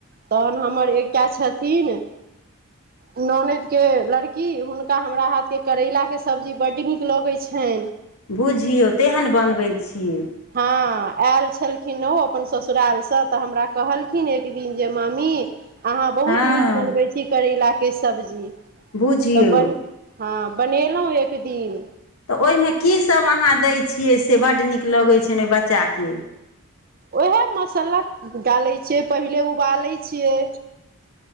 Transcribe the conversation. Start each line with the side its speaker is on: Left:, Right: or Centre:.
Right: तहन हमर एकटा छथिन।
Left: <inaudible>
Right: ननैदके लड़की हुनका हमरा हाथके करैलाके सब्जी बड्ड नीक लगै छनि।
Left: बुझियौ तेहन बनबै छी।
Right: हां आयल छलखिन ओ अपन ससुरालसँ तऽ हमरा कहलखिन एक दिन जे मामी अहाँ बहुत
Left: हँ
Right: नीक बनबै छी, करैलाके सब्जी
Left: बुझियौ
Right: तऽ बन हां बनेलहुं एक दिन
Left: तऽ ओहिमे कीसभ अहाँ दैय छियै से बड्ड नीक लगै छनि ओहि बच्चाके
Right: उएहमे मसाला डालैय छियै, पहिले उबालै छियै।